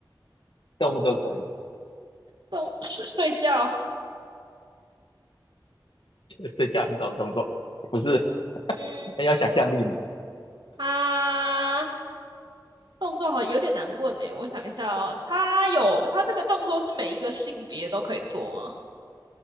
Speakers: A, on the left (about 85°); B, on the right (about 65°).
A: 动物都可以，
B: 动，睡睡觉，
A: <laughs> 睡觉也是种动作，不是
B: 嗯，
A: 很有想象力呢。
B: 它动作好有点难问诶，我想一下哦，它有，它这个动作是每一个性别都可以做吗？